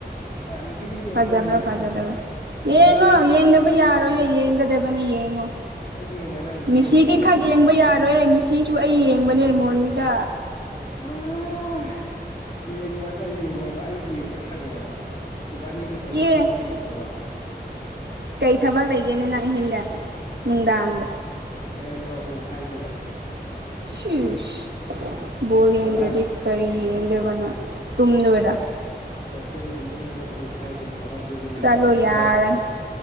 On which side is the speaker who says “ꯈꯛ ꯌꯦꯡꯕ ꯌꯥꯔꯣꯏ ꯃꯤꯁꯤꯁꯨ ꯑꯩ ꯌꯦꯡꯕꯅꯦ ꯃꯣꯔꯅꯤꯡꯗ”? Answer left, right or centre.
Right